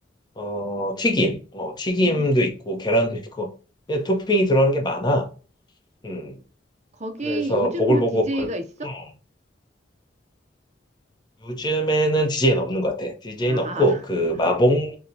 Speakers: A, on the left (about 25°); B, on the right (about 40°).
A: 어 튀김 어 튀김도
B: 음.
A: 있고 계란도 있고 그냥 토핑이 들어가는 게 많아 음,
B: 거기
A: 그래서
B: 요즘도
A: 보글보글,
B: DJ가
A: 음,
B: 있어?
A: 요즘에는 DJ는 없는 것 같아. DJ는
B: 아,
A: 없고, 그,
B: <laughs>
A: 마봉,